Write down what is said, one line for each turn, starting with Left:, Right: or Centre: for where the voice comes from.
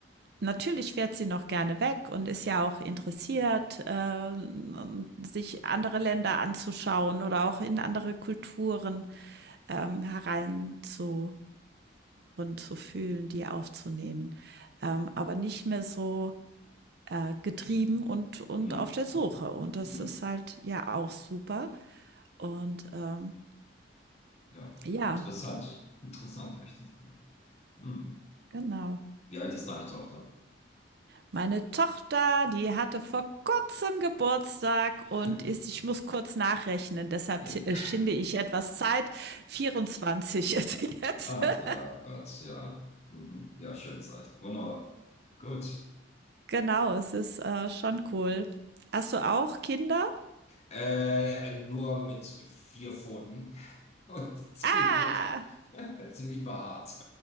Right: natürlich fährt sie noch gerne weg und ist ja auch interessiert, äh, sich andere Länder anzuschauen oder auch in andere Kulturen ähm, hereinzuspüren, zu fühlen, die aufzunehmen. Ähm, aber nicht mehr so äh, getrieben und, und
Left: hm,
Right: auf der Suche.
Left: hm,
Right: Und das
Left: hm.
Right: ist halt ja auch super. Und ähm,
Left: Ja,
Right: ja,
Left: interessant. Interessant, echt interessant. Hm.
Right: genau.
Left: Wie alt ist deine Tochter?
Right: Meine Tochter, die hatte vor kurzem Geburtstag
Left: <laughs>
Right: und ist, ich muss kurz nachrechnen, deshalb
Left: Ja.
Right: äh, schinde ich etwas Zeit. 24 ist jetzt.
Left: Ach
Right: <laughs>
Left: ja, Gott, ja. Mhm. Ja, schönes Alter. Wunderbar. Gut.
Right: Genau, es ist äh, schon cool. Hast du auch Kinder?
Left: Äh, nur mit vier Pfoten <laughs> und ziemlich,
Right: Ah!
Left: <laughs> ziemlich behaart.